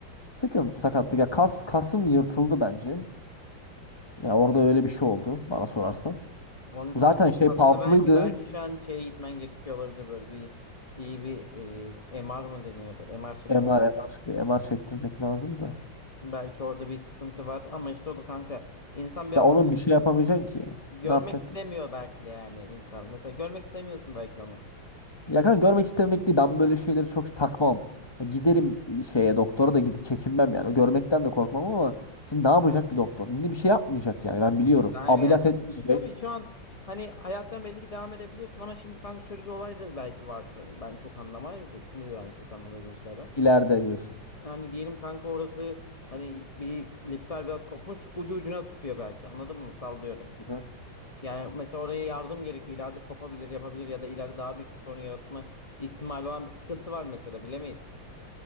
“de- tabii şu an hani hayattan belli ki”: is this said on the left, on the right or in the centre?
Left